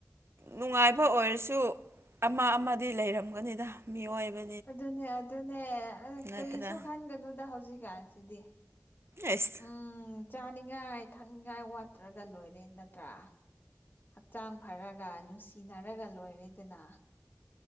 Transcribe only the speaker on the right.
ꯅꯨꯡꯉꯥꯏꯕ ꯑꯣꯏꯔꯁꯨ ꯑꯃ ꯑꯃꯗꯤ ꯂꯩꯔꯝꯒꯅꯤꯗ ꯃꯤꯑꯣꯏꯕ
ꯅꯠꯇ꯭ꯔꯥ
ꯑꯁ